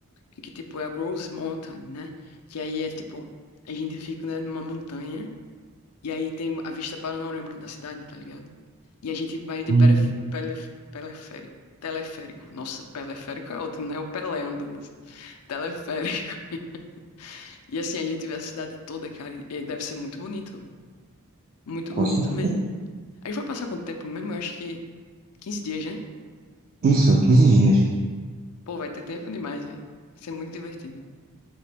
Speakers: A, on the left; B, on the right.
A: é que, tipo, é a Rose Mountain, né? Que aí é, tipo, a gente fica, né, numa montanha e aí tem a vista panorâmica da cidade, tá ligado? E a gente vai de
B: hum,
A: peref... Pelef... peleférico. Teleférico. Nossa, peleférico é ótimo, né? O Pelé andando assim. Teleférico. <laughs> E assim, a gente vê a cidade toda, cara, e e deve ser muito bonito. velho. Muito
B: com
A: bonito
B: certeza.
A: mesmo. A gente vai passar quanto tempo mesmo? Eu acho que 15 dias, né?
B: Isso, 15 dias.
A: Pô, vai ter tempo demais aí. Vai ser muito divertido.